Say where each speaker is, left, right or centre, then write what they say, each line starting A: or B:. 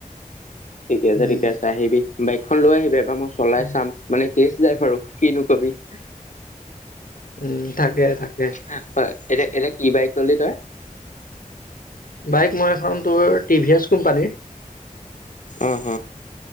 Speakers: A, on the left (about 60°); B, on the left (about 80°).
A: ঠিকে আছে
B: উম
A: ঠিকে আছে আহিবি বাইকখন লৈ আহিবি এবাৰ মই চলাই
B: উম
A: চাম মানে তেজ ড্ৰাইভ আৰু। কিনো কবি।
B: উম থাকে, থাকে।
A: হা হয় এতিয়া, এতিয়া কি বাইক ললি তই?
B: বাইক মই এখন তোৰ টি ভি এচ কোম্পানীৰ
A: অহ, অহ